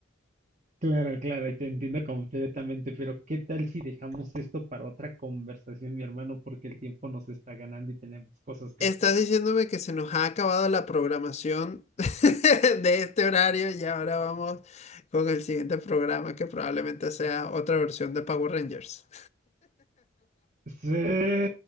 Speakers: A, on the right; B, on the left.
A: Claro, claro, y te entiendo completamente, pero ¿qué tal si dejamos esto para otra conversación, mi hermano? Porque el tiempo nos está ganando y tenemos cosas que
B: Estás
A: hacer.
B: diciéndome que se nos ha acabado la programación <laughs> de este horario y ahora vamos con el siguiente programa que probablemente sea otra versión de Power Rangers.
A: Sí,